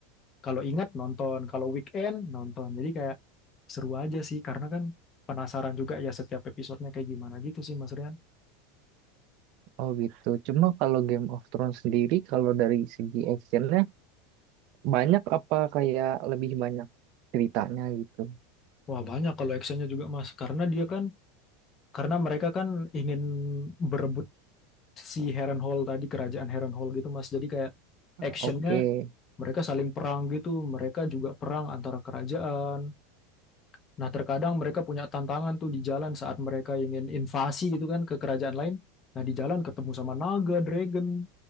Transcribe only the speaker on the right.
Oh gitu. Cuma kalau Game of Thrones sendiri, kalau dari segi actionnya banyak apa kayak lebih banyak ceritanya gitu?
Oke.